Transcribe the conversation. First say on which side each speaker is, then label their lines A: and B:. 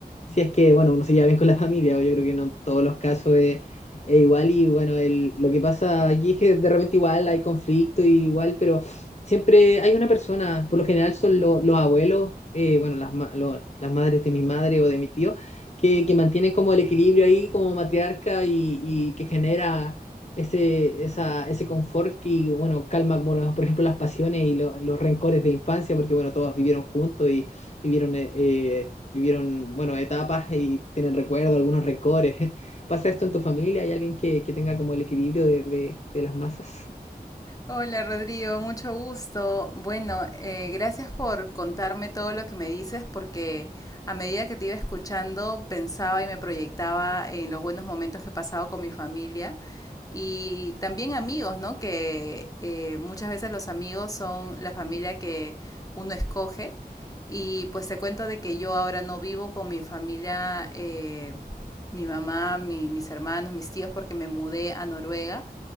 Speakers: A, on the left (about 45°); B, on the left (about 20°).
A: si es que, bueno, uno se lleva bien con la familia, o yo creo que no en todos los casos es, es igual y bueno, el- lo que pasa aquí es que de repente igual hay conflicto y igual, pero siempre hay una persona, por lo general son lo- los abuelos, eh, bueno, las, ma- lo- las madres de mi madre o de mi tío, que, que mantienen como el equilibrio ahí como matriarca y, y que genera ese, esa, ese confort que, bueno, calma, bueno, por ejemplo, las pasiones y lo- los rencores de infancia, porque, bueno, todos vivieron juntos y vivieron, eh, eh, vivieron, bueno, etapas y tienen recuerdos, algunos rencores. <laughs> ¿Pasa esto en tu familia? ¿Hay alguien que, que tenga como el equilibrio de, de- de las masas?
B: Hola Rodrigo, mucho gusto. Bueno, eh, gracias por contarme todo lo que me dices porque a medida que te iba escuchando pensaba y me proyectaba en los buenos momentos que he pasado con mi familia y también amigos, ¿no? Que eh, muchas veces los amigos son la familia que uno escoge y pues te cuento de que yo ahora no vivo con mi familia, eh, mi mamá, mi- mis hermanos, mis tíos porque me mudé a Noruega.